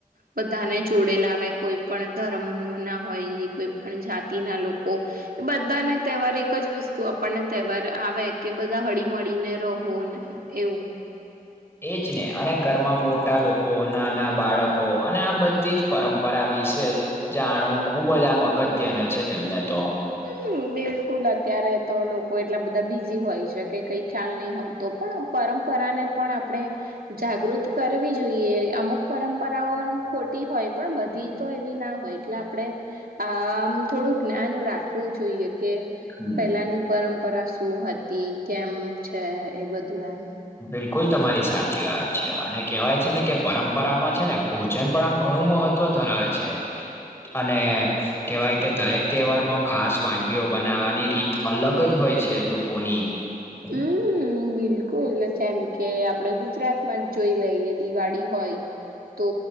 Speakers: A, on the right; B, on the left.
A: બધાને જોડે લાવે કોઈ પણ ધર્મના હોય કોઈ પણ જાતિના લોકો એ બધાને તહેવાર એક જ વસ્તુ આપણને તહેવાર આવે કે બધા હડી મડીને રહો અને એઉ
B: એજ ને અને ઘરમાં મોટા લોકો નાના બાળકો અને આ બધી જ પરંપરા વિશે જાણવું ખુબ જ આમ અગત્યનું છે તેમને તો
A: હમ્મ બિલકુલ અત્યારે તો લોકો એટલા બધા બીઝી હોય છે કે કઈ ખ્યાલ નઈ હો તો પણ પરંપરાને પણ આપણે જાગૃત કરવી જોઈએ. અમુક પરંપરાઓ ખોટી હોય પણ બધી તો એવી ના હોય. એટલે આપણે આમ થોડુંક જ્ઞાન રાખવું જોઈએ કે
B: હમ,
A: પેલાની પરંપરા શું હતી કેમ છે એ બધું એમ.
B: બિલકુલ તમારી સાચી વાત છે. અને કેવાય છે ને કે પરંપરામાં છે ને ભોજન પણ આમ ઘણું મહત્વ ધરાવે છે. અને કેવાય કે દરેક તહેવારમાં ખાસ વાનગીઓ બનાવાની રીત અલગ જ હોય છે લોકોની. <inaudible>
A: હમ્મ બિલકુલ. જેમ કે આપડે ગુજરાતમાં જ જોઈ લઈએ દિવાળી હોય તો